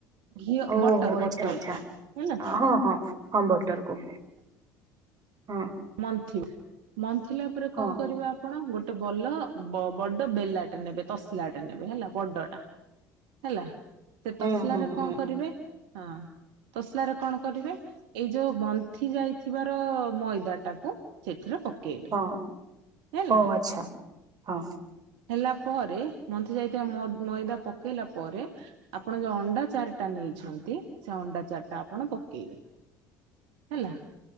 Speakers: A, on the right; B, on the right.
A: ଘିଅ
B: ଓ
A: ବଟର
B: ହୋ ଆଚ୍ଛା
A: ବଟର
B: ଆଛା
A: ହେଲା
B: ହଁ ହଁ ହଁ ବଟର କୁ। ହଁ
A: ମନ୍ ମନ୍ଥିଲା ପରେ କଣ
B: ହଁ।
A: କରିବା। କଣ ଗୋଟେ ବଲ ବଡ ବେଲାଟେ ନେବେ ତସଲାଟେ ନେବେ ହେଲା ବଡ ଟା। ହେଲା ସେ
B: ହୁଁ
A: ତସଲାରେ
B: ହୁଁ
A: କଣ
B: ହୁଁ
A: କରିବେ ହଁ ତୋସଲାରେ କଣ କରିବେ ଏଇ ଯୋଉ ବନ୍ଥି ଯାଇଥିବାର ମଇଦା ତାକୁ ସେଥିରେ ପକେଇବେ।
B: ହଁ
A: ହେଲା
B: ଓ ଆଚ୍ଛା ହଁ।
A: ହେଲା ପରେ ମନ୍ଥି ଯାଇଥିବା ମଇଦା ପକେଇଲା ପରେ ଆପଣ ଯୋଉ ଅଣ୍ଡା ଚାରି ଟା ନେଇଛନ୍ତି ସେ ଅଣ୍ଡା ଚାରି ଟା ଆପଣ ପକେଇବେ। ହେଲା